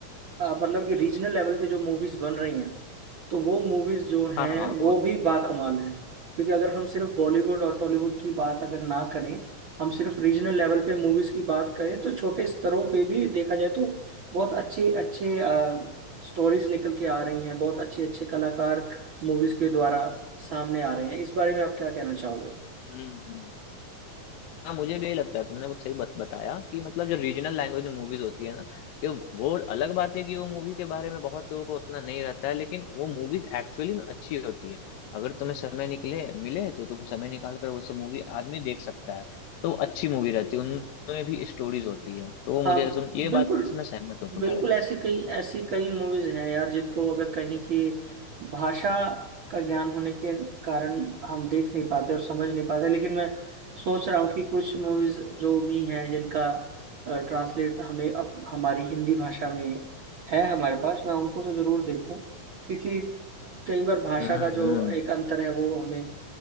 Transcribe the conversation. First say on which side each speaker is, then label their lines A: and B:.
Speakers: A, on the right (about 60°); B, on the left (about 80°).
A: अ, मतलब कि रीजनल लेवल पे जो मूवीज बन रही हैं तो वो मूवीज जो हैं
B: हाँ हाँ
A: वो
B: वो
A: भी बाकमाल
B: तो है
A: हैं क्योंकि अगर हम सिर्फ बॉलीवुड और टॉलीवुड की बात अगर ना करें हम सिर्फ रीजनल लेवल पे मूवीज की बात करें तो छोटे स्तरों पे भी देखा जाए तो बहुत अच्छे अच्छे स्टोरीज निकल के आ रही हैं बहुत अच्छे अच्छे कलाकार मूवीज के द्वारा सामने आ रहे हैं इस बारे में आप क्या कहना चाहोगे
B: हम्म हम्म हाँ मुझे भी यही लगता है तुमने बहुत सही बत, बताया कि मतलब जो रीजनल लैंग्वेज में मूवीज होती है ना कि वो अलग बात है कि वो मूवी के बारे में बहुत लोगों को उतना नहीं रहता है लेकिन वो मूवीज एक्चुअली में अच्छी होती है अगर तुम्हें समय निकले मिले तो तुम समय निकाल कर वो सब मूवी आदमी देख सकता है तो अच्छी मूवी रहती है उनमें भी स्टोरीज होती है तो वो मुझे
A: हाँ
B: तुम ये बात
A: बिल्कुल
B: से मैं सहमत हूँ तुम्हारे
A: बिल्कुल ऐसी कई ऐसी कई मूवीज हैं यार जिनको अगर कहीं की भाषा का ज्ञान होने के कारण हम देख नहीं पाते और समझ नहीं पाते लेकिन मैं सोच रहा हूँ कि कुछ मूवीज जो भी हैं जिनका ट्रांसलेट हमें अब हमारी हिंदी भाषा में है हमारे पास मैं उनको तो जरूर देखूं क्योंकि कई बार भाषा
B: हम्म
A: का जो
B: हम्म
A: एक अंतर है वो हमें